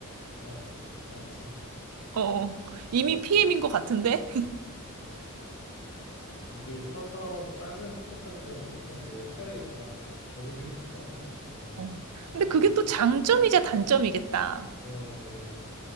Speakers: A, on the left; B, on the right.
A: 마- 맞지.
B: 어, 어.
A: 그렇지.
B: 이미 PM인 것 같은데? <laughs>
A: 이게 스타트업, 작은 스타트업이다 보니까 뭐 역할이 막 정해져 있지가 않아, 보면은.
B: 어.
A: 음,
B: 근데 그게 또 장점이자 단점이겠다.
A: 어, 맞아.